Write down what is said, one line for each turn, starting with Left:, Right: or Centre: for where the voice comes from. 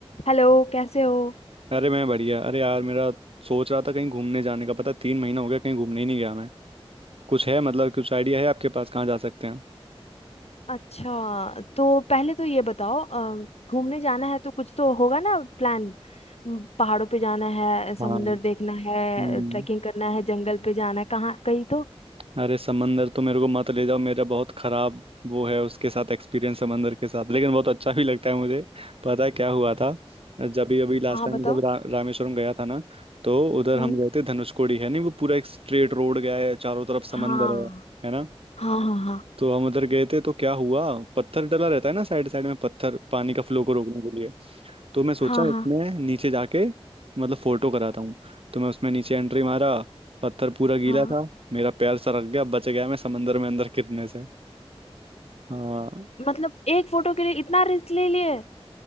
Left: Hello कैसे हो
Right: अरे मैं बढ़िया अरे यार मेरा सोच रहा था कहीं घूमने जाने का पता तीन महीना हो गया कहीं घूमने ही नहीं गया मैं कुछ है मतलब कुछ आइडिया है आपके पास कहाँ जा सकते हैं
Left: अच्छा तो पहले तो ये बताओ अ, घूमने जाना है तो कुछ तो होगा ना प्लान म, पहाड़ों पे जाना है समुंदर
Right: हाँ
Left: देखना है
Right: हम्म,
Left: ट्रैकिंग करना है जंगल पे जाना है कहाँ कहीं तो
Right: अरे समंदर तो मेरे को मत ले जाओ मेरा बहुत खराब वो है उसके साथ एक्सपीरियंस समंदर के साथ लेकिन बहुत अच्छा भी लगता है मुझे पता है क्या हुआ था जब भी अभी लास्ट
Left: हाँ
Right: टाइम
Left: बताओ
Right: जब रा, रामेश्वरम गया था ना तो उधर
Left: हम्म
Right: हम गए थे धनुषकोडी है नहीं वो पूरा एक स्ट्रेट रोड गया है चारों तरफ समंदर
Left: हाँ
Right: है है ना
Left: हाँ हाँ हाँ
Right: तो हम उधर गए थे तो क्या हुआ पत्थर डला रहता है ना साइड साइड में पत्थर पानी का फ्लो को रोकने के लिए तो मैं सोचा
Left: हाँ हाँ हाँ
Right: इसमें नीचे जाके मतलब फोटो कराता हूँ तो मैं उसमें नीचे एंट्री मारा पत्थर पूरा
Left: हाँ
Right: गीला था मेरा पैर सरक गया बच गया मैं समंदर में अंदर गिरने से हाँ
Left: मतलब एक फोटो के लिए इतना रिस्क ले लिए